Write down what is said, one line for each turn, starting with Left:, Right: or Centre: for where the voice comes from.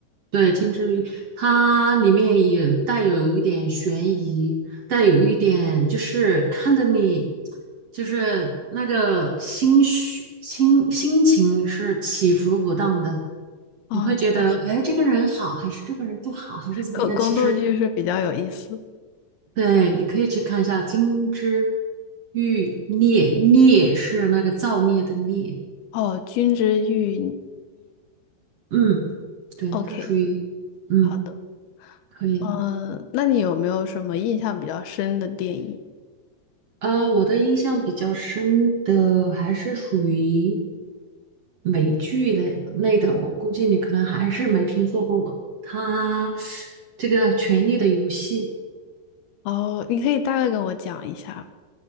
Right: 对，金枝玉叶它里面也带有一点悬疑，带有一点就是看着你，就是那个心绪、心心情是起伏不当的，
Left: 哦，
Right: 你会觉得，
Left: 确实，
Right: 哎，这个人好，还是这个人不好，还是怎么样？
Left: 宫宫斗剧是比较有意思。
Right: 其实，对，你可以去看一下《金枝玉孽》，孽是那个造孽的孽，
Left: 哦，《君之玉》
Right: 嗯，对，
Left: ，OK，
Right: 它属于，嗯，
Left: 好的。
Right: 可以。
Left: 嗯，那你有没有什么印象比较深的电影？
Right: 呃，我的印象比较深的还是属于美剧的类的，我估计你可能还是没听说过它这个《权力的游戏》。
Left: 哦，你可以大概跟我讲一下。